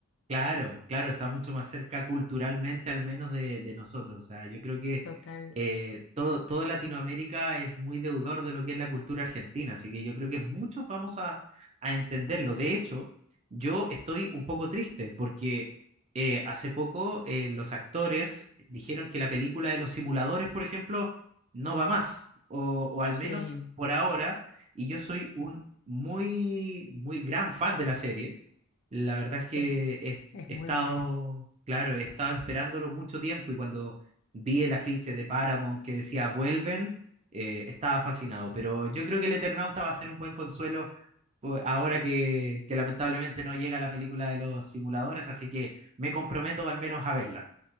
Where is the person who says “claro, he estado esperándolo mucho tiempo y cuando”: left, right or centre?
Right